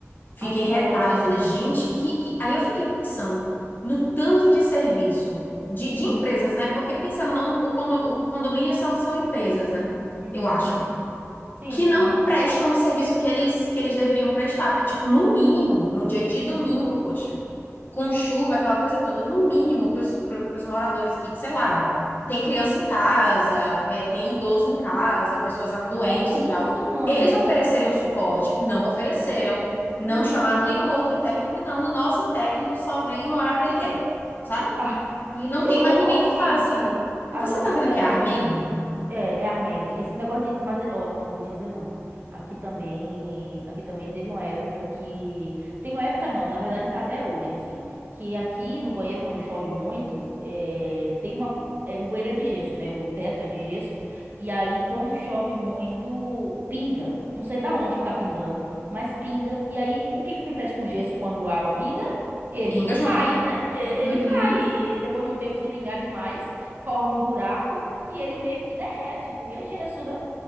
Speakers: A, on the left; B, on the right.
A: fiquei
B: Ai, que
A: retada.
B: ódio!
A: Eu falei, gente, que, que... Aí eu fiquei pensando no tanto de serviço de, de
B: Uhum,
A: empresas, né? Porque pensando, não, o, condo, o condomínio são, são empresas, né?
B: uhum.
A: Eu acho.
B: Sim,
A: Que
B: sim.
A: não prestam o serviço que eles, que eles deveriam prestar. Porque, tipo, no mínimo, num dia de domingo, poxa com chuva, aquela coisa toda, no mínimo para os moradores que, sei lá, tem criança em casa, é, tem idoso em casa, pessoas doentes
B: É isso,
A: e tal,
B: mano.
A: eles oferecerem
B: Tá...
A: um suporte, não ofereceram, não
B: Meu
A: chamaram
B: Deus!
A: nenhum outro técnico, não. O nosso técnico só vem no horário que ele quer, sabe?
B: Ah,
A: E não
B: que
A: tem
B: horror,
A: mais ninguém que
B: gente!
A: faça. Então
B: Ah, não,
A: você tá
B: esse
A: vendo
B: negócio.
A: que é Armengue?
B: É, é Armeg. Esse negócio de. Mas, ó, eu não vou te dizer não, viu? Aqui também. Aqui também teve uma época que. Teve uma época não, na verdade tá até hoje, assim. Que aqui no banheiro, quando chove muito, é, tem uma. é, o banheiro é de gesso, né? O teto é de gesso. E aí, quando chove muito, pinga. Não sei da onde que tá pingando, mas pinga. E aí, o que que acontece com o gesso quando a água pinga? Ele
A: Pinga junto.
B: cai, né? E-
A: Uhum.
B: Ele cai. E Depois de um tempo, se pingar demais, forma um buraco. E ele meio que derrete, porque é gesso, né?